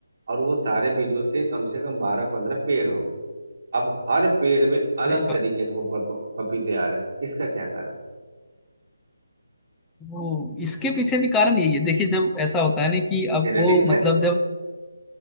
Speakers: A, on the right (about 35°); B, in the centre.
A: और वो सारे बीजों से कम से कम बारह पंद्रह पेड़ हो गए अब हर पेड़ में अलग
B: अरे
A: तरीके
B: वाह
A: के प- प- पपीते आ रहे हैं इसका क्या कारण
B: वो इसके पीछे भी कारण यही है देखिए जब ऐसा होता है ना कि अब
A: जेनेटिक्स
B: वो
A: है
B: मतलब जब